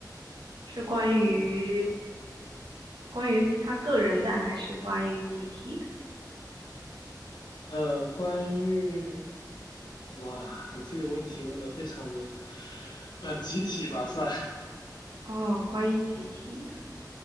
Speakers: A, on the right; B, on the left.
A: 是关于关于他个人的，还是关于集体的？
B: 呃，关于。哇，你这个问题问的非常的，呃，集体吧算，
A: 哦，关于集体的